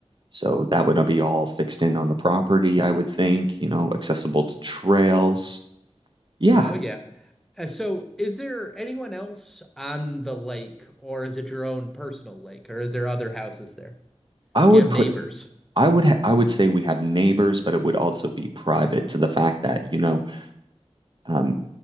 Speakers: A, on the right; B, in the centre.
A: So that would be all fixed in on the property, I would think. You know, accessible to trails. Yeah,
B: Oh yeah. Uh, so is there anyone else on the lake, or is it your own personal lake, or is there other houses there?
A: I would
B: Do you have
A: put.
B: neighbors?
A: I would. Ha I would say we have neighbors, but it would also be private to the fact that, you know. Um,